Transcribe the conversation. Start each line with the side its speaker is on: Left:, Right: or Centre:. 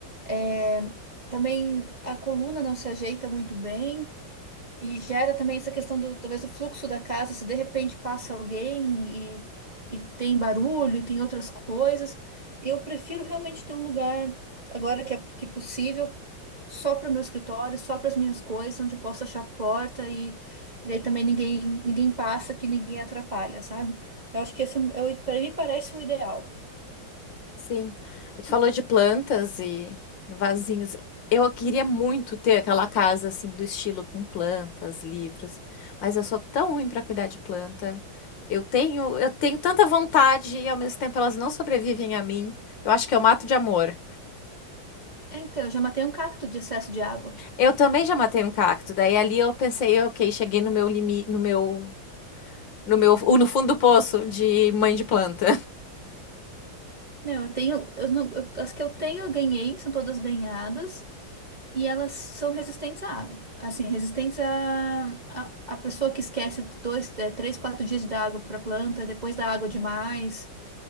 Right: É, também a coluna não se ajeita muito bem. E gera também essa questão do, talvez, do fluxo da casa, se de repente passa alguém e, e tem barulho e tem outras coisas. Eu prefiro realmente ter um lugar, agora que é que é possível, só para o meu escritório, só para as minhas coisas, onde eu posso achar a porta e, e daí também ninguém, ninguém passa, que ninguém atrapalha, sabe? Eu acho que esse é, para mim parece o ideal.
Left: Sim, tu falou de plantas e vasinhos. Eu queria muito ter aquela casa assim do estilo com plantas, livros, mas eu sou tão ruim para cuidar de planta. Eu tenho, eu tenho tanta vontade e ao mesmo tempo elas não sobrevivem a mim. Eu acho que eu mato de amor.
Right: É, Então, eu já matei um cacto de excesso de água.
Left: Eu também já matei um cacto. Daí ali eu pensei, ok, cheguei no meu limite, no meu, no meu, no fundo do poço de mãe de planta.
Right: Não, eu tenho, eu não- eu- as que eu tenho, eu ganhei, são todas ganhadas, e elas são resistentes à água. Assim, resistentes à, a à pessoa que esquece dois, eh, três, quatro dias da água para planta, depois da água demais.